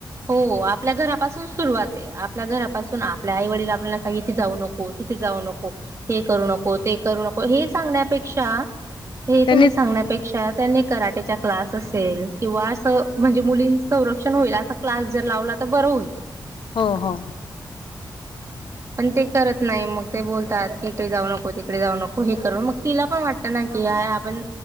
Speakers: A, on the right; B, on the left.
A: हो आपल्या घरापासून सुरुवात आहे हो हो हो आपल्या घरापासून सुरुवात आहे आपल्या घरापासून आपले आई वडील आपल्याला सांगितले इथे जाऊ नको तिथे जाऊ नको हे करू नको ते करू नको हे सांगण्यापेक्षा हे
B: त्यांनी
A: तुम्ही सांगण्यापेक्षा त्यांनी कराटे चा क्लास असेल किंवा अस म्हणजे मुलींच संरक्षण होईल असा क्लास जर लावला तर बरं होईल.
B: हो हो.
A: पण ते करत नाही मग ते बोलतात की इथे जाऊ नको, तिकडे जाऊ नको, हे करू नको मग तिला पण वाटतं ना की यार आपण